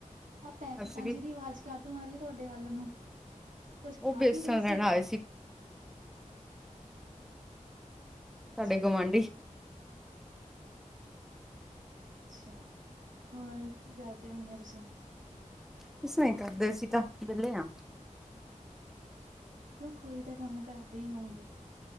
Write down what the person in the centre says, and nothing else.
ਅਸੀਂ ਵੀ
ਉਹ
ਬੇਸਣ
ਲੈਣ
ਆਏ
ਸਾਡੇ ਗੁਆਂਢੀ
ਕੁਸਛ ਨੀ ਕਰਦੇ ਅਸੀਂ ਤਾਂ ਵਿਹਲੇ ਆ।